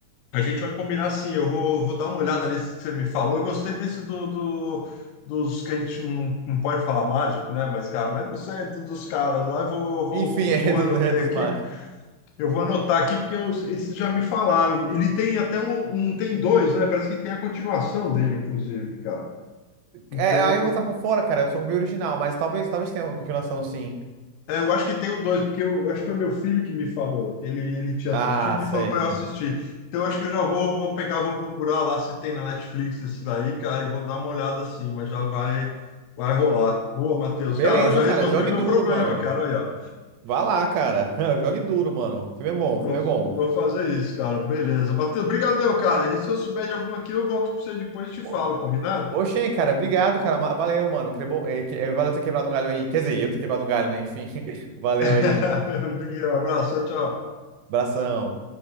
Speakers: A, on the left; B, on the right.
A: a gente vai combinar assim. Eu vou, vou dar uma olhada nesse que você me falou. Eu gostei desse do, do- dos que a gente não, não pode falar mágico, né? Mas, cara, mas você é do- dos caras lá. Eu vou, vou,
B: Enfim,
A: vou,
B: <laughs> é,
A: eu
B: do,
A: anotei
B: é dos
A: aqui.
B: mágicos.
A: Eu vou anotar aqui porque eu- esses já me falaram. Ele tem até um, um, tem dois, né? Parece que tem a continuação dele, inclusive, cara. Então,
B: É, aí eu vou estar por fora, cara. Eu só vi o original, mas talvez, talvez tenha uma continuação, sim.
A: É, eu acho que tem o dois, porque eu acho que foi meu filho que me falou. Ele, ele tinha
B: Ah,
A: assistido e
B: certo.
A: falou para eu assistir. Então eu acho que eu já vou, vou pegar, vou procurar lá se tem na Netflix esse daí, cara, e vou dar uma olhada assim, mas já vai, vai rolar. Boa, Matheus.
B: Beleza,
A: Cara, já
B: cara.
A: resolveu
B: Jogue
A: meu
B: duro,
A: problema,
B: mano.
A: cara. Aí, ó.
B: Vá lá, cara. <laughs> Jogue duro, mano. O filme é bom,
A: Vou,
B: o filme é bom.
A: vou fazer isso, cara. Beleza. Matheus, brigadão, cara. E se eu souber de alguma aqui, eu volto para você depois e te
B: Ô,
A: falo, combinado?
B: ô, Shen, cara, obrigado, cara. ma- Valeu, mano. Que bom, é, que- é, valeu ter quebrado um galho aí. Quer dizer, eu ter quebrado um galho, né? Enfim, <laughs> valeu
A: <laughs>
B: aí.
A: Um abraço, tchau. tchau.
B: Abração.